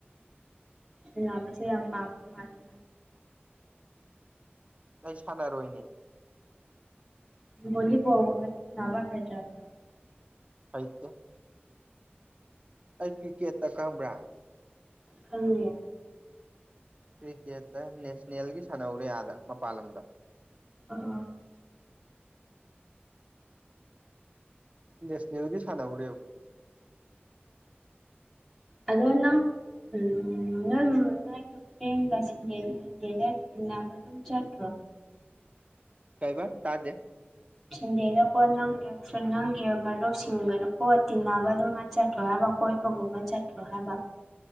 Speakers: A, in the centre; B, on the right.
A: ꯁꯅꯕꯁꯦ ꯌꯥꯝ ꯄꯥꯝꯕꯥ ꯃꯥꯜꯂꯤ
B: ꯑꯩ ꯁꯥꯟꯅꯔꯣꯏꯅꯦ
A: ꯕꯣꯂꯤ ꯕꯣꯜ ꯒꯨꯝꯕꯗꯤ ꯁꯥꯅꯕꯥ ꯍꯩꯇꯕꯔꯣ
B: <unintelligible> ꯑꯩ ꯀ꯭ꯔꯤꯛꯀꯦꯠꯇ ꯈꯪꯕ꯭ꯔꯥ
A: ꯈꯪꯉꯤꯅꯦ
B: ꯀ꯭ꯔꯤꯀꯦꯠꯇ ꯅꯦꯁꯅꯦꯜꯒꯤ ꯁꯥꯟꯅꯧꯔꯦ ꯑꯥꯗ ꯃꯄꯥꯟ ꯂꯝꯗ
A: ꯑꯥ
B: ꯅꯦꯁꯅꯦꯜꯒꯤ ꯁꯥꯟꯅꯔꯨꯔꯦꯕ
A: ꯑꯗꯣ ꯅꯪ ꯎꯝ ꯅꯪ ꯑꯗꯨꯃꯥꯏ <unintelligible> ꯑꯗꯨꯝ ꯆꯠꯈ꯭ꯔꯣ
B: ꯀꯩꯕ ꯇꯥꯗꯦ
A: ꯁꯟꯗꯦꯗꯥ <unintelligible> ꯅꯪꯒꯤ ꯃꯔꯨꯞꯁꯤꯡꯒꯗꯀꯣ ꯇꯤꯟꯅꯕꯗꯣ ꯃꯥ ꯆꯠꯂꯣꯏ ꯍꯥꯏꯕ ꯀꯣꯏꯕꯒꯨꯝꯕ ꯆꯠꯂꯣꯏ ꯍꯥꯏꯕ